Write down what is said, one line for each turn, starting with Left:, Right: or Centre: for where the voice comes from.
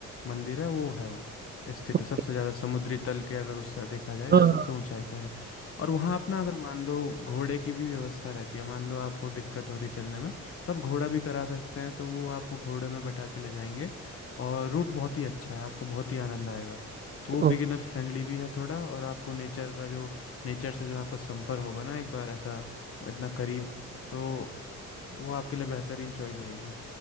Left: मंदिर है वो है वो स्थित
Right: ओके
Left: है सबसे ज़्यादा समुद्री तल के अगर उससे देखा जाए
Right: हाँ
Left: तो सबसे
Right: हाँ,
Left: ऊंचाई पे है और वहाँ अपना अगर मान लो घोड़े की भी व्यवस्था रहती है मान लो आपको दिक्कत हो रही है चलने में तो आप घोड़ा भी करा सकते हैं तो वो आपको घोड़े में बैठा के ले जाएंगे और रूट बहुत ही अच्छा है आपको बहुत ही आनंद आएगा तो वो बिगिनर
Right: ओ-
Left: फ्रेंडली भी है थोड़ा और आपको नेचर का जो नेचर से जो आपका संपर्क होगा ना एक बार ऐसा इतना करीब तो वो आपके लिए बेहतरीन चॉइस रहेगी